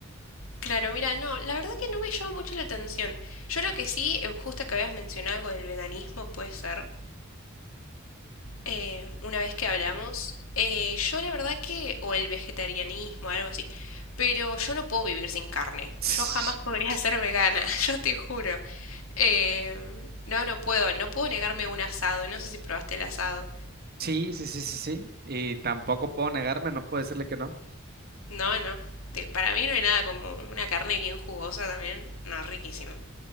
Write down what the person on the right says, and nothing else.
Sí,
sí, sí, sí, sí. Y tampoco puedo negarme, no puedo decirle que no.